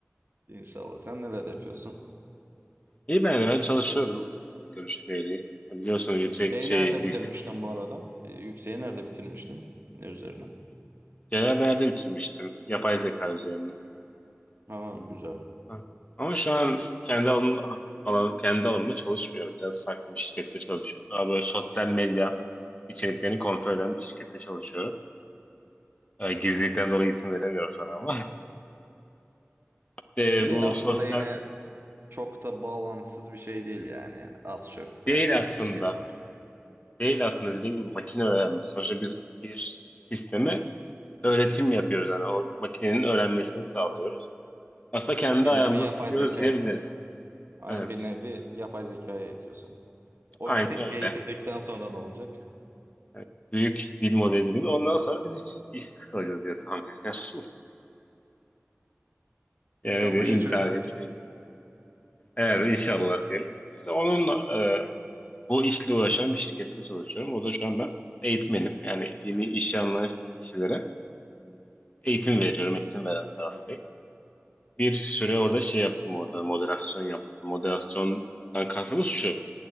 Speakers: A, on the right; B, on the left.
A: İnşallah. Sen neler yapıyorsun?
B: İyi ben de ben çalışıyorum. Görüşmeyeli. Biliyorsunuz yüksek
A: Şeyi
B: şey
A: nerede
B: yüksek.
A: bitirmiştin bu arada? Ee, yükseği nerede bitirmiştin? Ne üzerine?
B: Genel beğende bitirmiştim. Yapay zeka üzerine.
A: Ha güzel.
B: Ha. Ama şu an kendi alanım, alan, kendi alanımda çalışmıyorum. Biraz farklı bir şirkette çalışıyorum. Daha böyle sosyal medya içeriklerini kontrol eden bir şirkette çalışıyorum. Ee, Gizlilikten dolayı isim veremiyorum sana ama. <laughs> De,
A: Şey
B: bu
A: aslında
B: sosyal
A: yine çok da bağlantısız bir şey değil yani. Az çok belki
B: değil aslında.
A: şeye var.
B: değil aslında dediğim gibi makine öğrenmesi. Sonuçta biz bir sisteme öğretim yapıyoruz. Yani o makinenin öğrenmesini sağlıyoruz. Aslında kendi
A: Bir
B: ayağımızı
A: nevi yapay
B: sıkıyoruz
A: zeka.
B: diyebiliriz.
A: Hani
B: Evet.
A: bir nevi yapay zekaya eğitiyorsun. O
B: Aynen
A: <laughs> eğitildikten
B: öyle.
A: sonra ne olacak?
B: Evet. Büyük dil modelini. Ondan sonra biz iş, işsiz kalacağız diye tahmin ediyorum. <laughs> Yani
A: İnşallah geç
B: intihar
A: öyle.
B: gibi bir şey. Evet inşallah diyelim. İşte onunla e, bu işle uğraşan bir şirkette çalışıyorum. O da şu an ben eğitmenim. Yani yeni işe alınan kişilere eğitim veriyorum. Eğitim veren taraf. bir süre orada şey yaptım orada moderasyon yaptım. Moderasyondan kastımız şu.